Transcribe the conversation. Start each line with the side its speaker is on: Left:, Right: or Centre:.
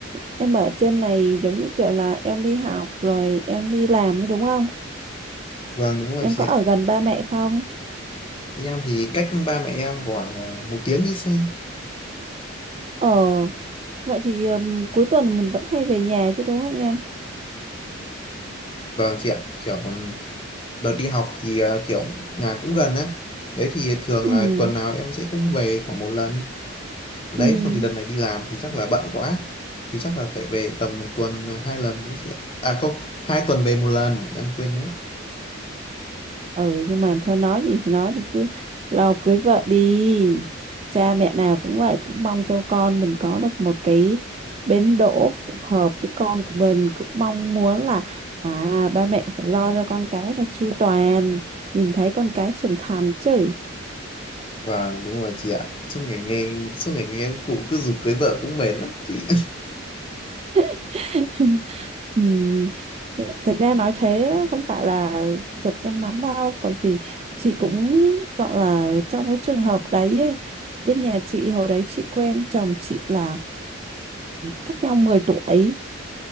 Right: em ở trên này giống như kiểu là em đi học rồi em đi làm ấy đúng không?
Left: vâng đúng rồi
Right: Em
Left: chị
Right: có ở
Left: ạ
Right: gần ba mẹ không?
Left: em thì cách ba mẹ em khoảng à, một tiếng đi xe
Right: Ờ, vậy thì ừm, cuối tuần mình vẫn hay về nhà chứ đúng không em?
Left: vâng chị ạ kiểu ừm, đợt đi học thì à, kiểu nhà cũng gần á đấy thì thường
Right: Ừ,
Left: là tuần nào em sẽ cũng về khoảng một lần đấy
Right: ừ,
Left: xong thì đợt này đi làm thì chắc là bận quá thì chắc là phải về tầm một tuần hai lần đấy chị ạ à không hai tuần về một lần em quên mất
Right: ừ, nhưng mà thôi nói gì thì nói thì cứ lo cưới vợ đi. Cha mẹ nào cũng vậy, cũng mong cho con mình có được một cái bến đỗ phù hợp với con của mình. Cũng mong muốn là à ba mẹ phải lo cho con cái là chu toàn, nhìn thấy con cái trưởng thành chứ.
Left: vâng đúng rồi chị ạ suốt ngày nghe suốt ngày nghe cụ cứ giục cưới vợ cũng mệt lắm chị
Right: <laughs> <laughs> Ừm, thực ra nói thế á, không phải là giục em lắm đâu bởi vì chị cũng gọi là trong cái trường hợp đấy ấy, bên nhà chị hồi đấy chị quen chồng chị là cách nhau 10 tuổi